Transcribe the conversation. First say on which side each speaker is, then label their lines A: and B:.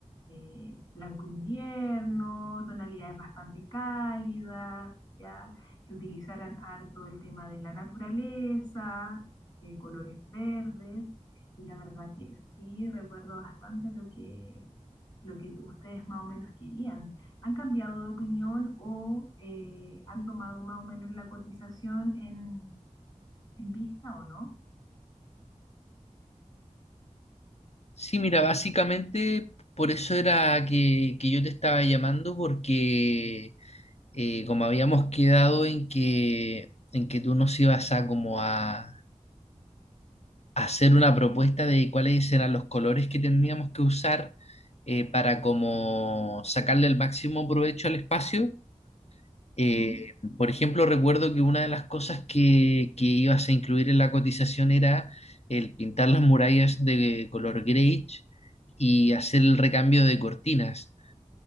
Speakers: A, on the left; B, on the left.
A: eh, blanco invierno, tonalidades bastante cálidas, ¿ya? que utilizaran harto el tema de la naturaleza, eh, colores verdes. Y la verdad que sí recuerdo bastante lo que, lo que ustedes más o menos querían. ¿Han cambiado de opinión o eh, han tomado más o menos la cotización en, en vista o no?
B: Sí, mira, básicamente por eso era que, que yo te estaba llamando, porque eh, como habíamos quedado en que, en que tú nos ibas a como a, a hacer una propuesta de cuáles eran los colores que tendríamos que usar eh, para como sacarle el máximo provecho al espacio, eh,
A: ¿Mm?
B: por ejemplo, recuerdo que una de las cosas que, que ibas a incluir en la cotización era el pintar las murallas de color grey y hacer el recambio de cortinas.